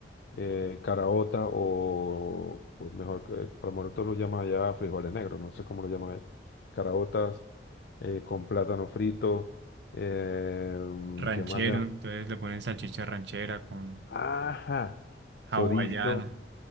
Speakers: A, on the left; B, on the right.
A: eh, caraota o, o mejor que, a lo mejor tú lo llamas allá frijoles negros, no sé cómo lo llaman allá. Caraotas eh, con plátano frito, eh,
B: ranchero,
A: ¿qué más le llaman?
B: entonces le ponen salchicha ranchera con
A: Ajá,
B: hawaiana.
A: chorizo.